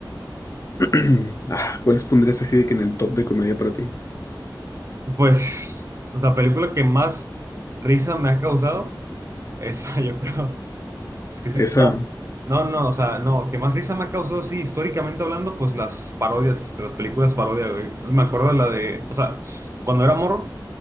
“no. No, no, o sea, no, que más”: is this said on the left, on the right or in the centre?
Right